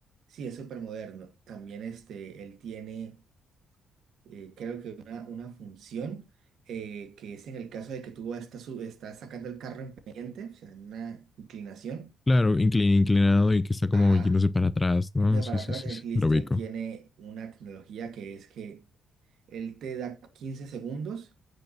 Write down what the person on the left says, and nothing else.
Claro, inclin- inclinado y que está como
yéndose para atrás, ¿no?
Sí,
sí,
sí,
sí,
lo ubico.